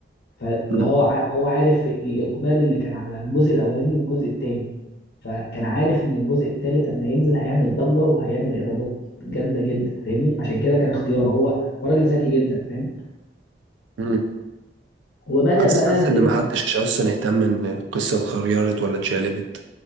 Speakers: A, on the left; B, on the right.
A: فاللي
B: مم.
A: هو ع- هو عارف الإقبال اللي كان على الجزء الأولاني والجزء التاني فكان عارف إن الجزء التالت لما ينزل هيعمل ضجة وهيعمل إيرادات جامدة جدا فاهمني عشان كده كان اختياره هو هو راجل ذكي جدا فاهم
B: مم.
A: وبدأ
B: حاسس
A: بقى
B: حاسس
A: زي
B: إن
A: ما
B: محدش أصلا اهتم إن القصة اتغيرت ولا اتشقلبت